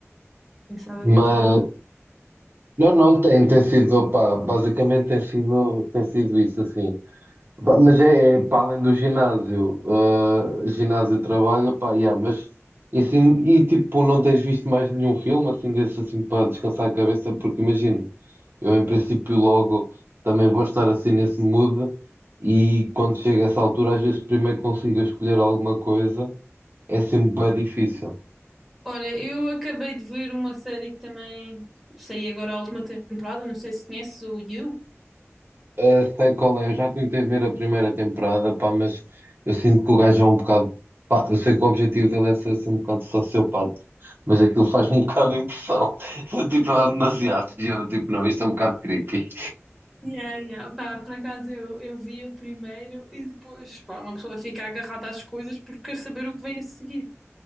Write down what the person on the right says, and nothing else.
mas
Não, não tem, tem sido, opá, basicamente tem sido, tem sido isso assim. Pá, Mas é, é para além do ginásio, ah, ginásio trabalho, pá, yeah, mas e, assim, e tipo, não tens visto mais nenhum filme assim desse assim para descansar a cabeça, porque imagina, eu em princípio logo também vou estar assim nesse mood e quando chega essa altura, às vezes primeiro consigo escolher alguma coisa, é sempre bem difícil.
Ah, sei qual é, eu já tentei ver a primeira temporada, pá, mas eu sinto que o gajo é um bocado. Pá, eu sei que o objetivo dele é ser assim, um bocado sociopata, mas aquilo faz um <laughs> bocado de impressão. <laughs> Tipo, ela é demasiado. E eu, tipo, não, isto é um bocado creepy.